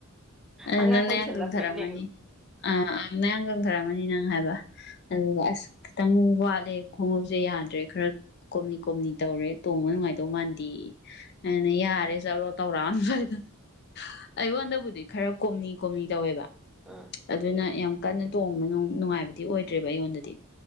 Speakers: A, on the left; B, in the centre.
A: ꯑ
B: ꯑꯉꯥꯡ
A: ꯅꯟꯅ
B: ꯑꯣꯏꯁꯜꯂꯛꯄꯩꯅꯦ
A: ꯍꯪꯙꯔ ꯃꯅꯤ ꯑ ꯃꯌꯥꯡꯒꯪ ꯈꯔꯝꯃꯅꯤ ꯅꯪ ꯍꯥꯏꯕ ꯑꯗꯨꯒ ꯑꯁ ꯈꯤꯇꯪ ꯋꯥꯠꯂꯦ ꯈꯣꯡꯎꯞꯁꯦ ꯌꯥꯗ꯭ꯔꯦ ꯈꯔ ꯀꯣꯝꯅꯤ ꯀꯣꯝꯅꯤ ꯇꯧꯔꯦ ꯇꯣꯡꯕ ꯅꯨꯡꯉꯥꯏꯗꯧ ꯃꯥꯟꯗꯦ ꯑꯩꯅ ꯌꯥꯔꯦ ꯆꯠꯂꯣ ꯇꯧꯔꯛꯑꯏꯗ ꯑꯩꯉꯣꯟꯗꯕꯨꯗꯤ ꯈꯔ ꯀꯣꯝꯅꯤꯡ ꯀꯨꯝꯅꯤ ꯇꯧꯋꯦꯕ
B: ꯎꯝ
A: ꯑꯗꯨꯅ ꯌꯥꯝ ꯀꯟꯅ ꯇꯣꯡꯕ ꯅꯨꯡꯉꯥꯏꯕꯗꯤ ꯑꯣꯏꯗ꯭ꯔꯦꯕ ꯑꯩꯉꯣꯟꯗꯗꯤ